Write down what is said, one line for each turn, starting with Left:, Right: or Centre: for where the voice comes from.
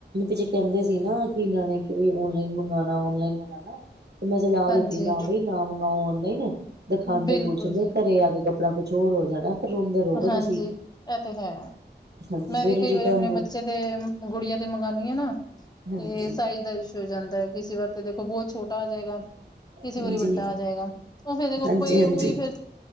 Right: ਪਛੇ ਕਹਿੰਦੇ ਸੀ ਨਾ ਕਿ ਨਿਆਣੇ ਕਿਈ ਓਨਲਾਈਨ ਮੰਗਉਣਾ ਔਨਲਾਈਨ ਮੰਗਉਣਾ। ਤੇ ਮੈਂ ਸਲਾਹ
Left: ਹਾਂਜੀ
Right: ਦਿੱਤੀ ਨਾ ਬਈ ਨਾ ਮੰਗਵਾਓ ਔਨਲਾਈਨ। ਦਿਖਾਉਂਦੇ
Left: ਬਿਲਕੁਲ
Right: ਕੁਛ ਨਹੀਂ
Left: ਜੀ।
Right: ਘਰੇ ਆ ਕੇ ਕੱਪੜਾ ਕੁਛ ਹੋਰ ਹੋ ਜਾਣਾ ਫਿਰ ਰੋਂਦੇ ਰਹੋਗੇ
Left: ਹਾਂਜੀ
Right: ਤੁਸੀਂ
Left: ਇਹ ਤੇ ਹੈ
Right: ਹਾਂਜੀ
Left: ਮੈਂ
Right: ਫਿਰ
Left: ਵੀ
Right: ਰਿਟਰਨ
Left: ਕਈ ਵਾਰੀ ਆਪਣੇ ਬੱਚੇ ਤੇ ਗੁੜੀਆਂ ਤੇ ਮੰਗਉਾਨਆਂ ਨਾ
Right: ਹਾਂਜੀ
Left: ਤੇ ਸਾਈਜ਼ ਦਾ ਇਸ਼ੂ ਹੋ ਜਾਂਦਾ ਕਿਸੇ ਵਾਰ ਤੇ ਦੇਖੋ ਬਹੁਤ ਛੋਟਾ ਆ ਜਾਏਗਾ ਕਿਸੇ
Right: ਹਾਂਜੀ
Left: ਵਾਰੀ ਵੱਡਾ ਆ ਜਾਏਗਾ ਉਹ ਫੇਰ ਦੇਖੋ
Right: ਹਾਂਜੀ
Left: ਭਏ
Right: ਹਾਂਜੀ
Left: ਉਹ ਵੀ ਫਿਰ